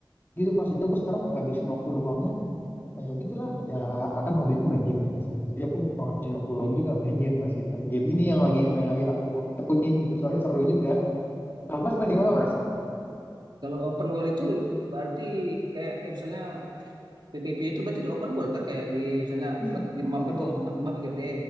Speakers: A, on the left; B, on the right.
A: gitu Mas. Jadi aku sekarang ngabisin waktu luangnya eh, ya gitulah ya akan hobiku main game ya Mas ya. Jadi aku mau ngabisin waktu luang
B: iya.
A: juga main game Mas gitu. Game ini yang lagi yang lagi aku tekunin gitu soalnya seru juga. Kalau Mas main game apa Mas?
B: Kalau open world itu berarti kayak eh, misalnya PPP itu berarti di open world kan kayak di misalnya
A: Iya,
B: pet- di map
A: open
B: itu
A: world.
B: map- mapnya gede